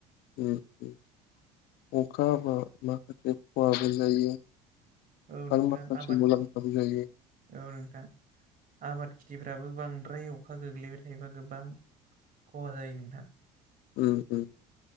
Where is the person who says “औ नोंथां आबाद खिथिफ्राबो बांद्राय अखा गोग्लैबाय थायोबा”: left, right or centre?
Right